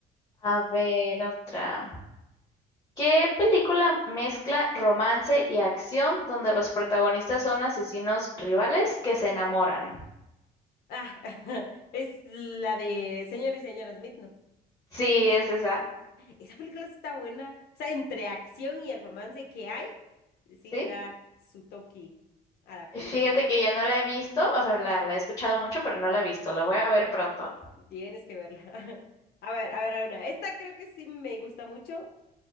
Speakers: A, on the left; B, on the left.
A: A ver, otra. ¿Qué película mezcla romance y acción donde los protagonistas son asesinos rivales que se enamoran?
B: Ah, <laughs> es la de Señor y Señora Smith, ¿no?
A: Sí, es esa.
B: Esa película sí está buena. O sea, entre acción y el romance que hay, sí
A: ¿Sí?
B: le da su toque a la película.
A: Fíjate que yo no la he visto, o sea, la, la he escuchado mucho, pero no la he visto. La voy a ver pronto.
B: Tienes que verla. <laughs> A ver, a ver, a una. Esta creo que sí me gusta mucho,